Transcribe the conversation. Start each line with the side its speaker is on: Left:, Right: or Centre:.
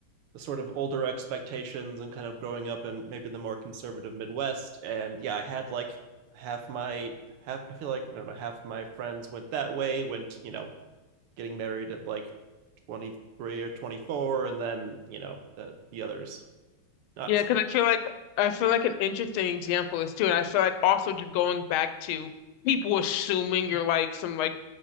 Right: the sort of older expectations and kind of growing up in maybe the more conservative Midwest. And yeah, I had like half my half. I feel like I don't know half my friends went that way. Went you know getting married at like twenty three or twenty four, and then you know the the others not
Left: Yeah,
Right: so
Left: because
Right: much.
Left: I feel like I feel like an interesting example is too, and I feel like also just going back to people assuming you're like some like